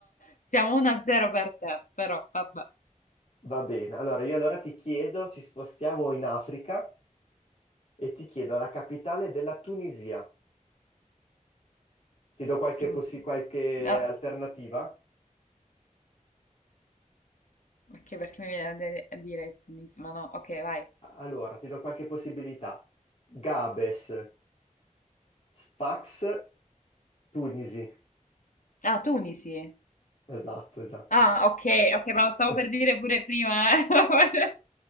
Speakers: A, on the left; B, on the left.
A: siamo 1-0 per te, però vabbè.
B: Va bene, allora io allora ti chiedo, ci spostiamo in Africa e ti chiedo la capitale della Tunisia. Ti do qualche,
A: Tu...
B: possi- qualche
A: ah,
B: alternativa?
A: Ok, perché mi viene a dire a dire Tunisi, ma no, ok, vai.
B: Allora, ti do qualche possibilità. Gabes, Sfax, Tunisi.
A: Ah, Tunisi.
B: Esatto, esatto.
A: Ah, ok, ok, ma lo stavo
B: <laughs>
A: per dire pure prima. eh. <laughs>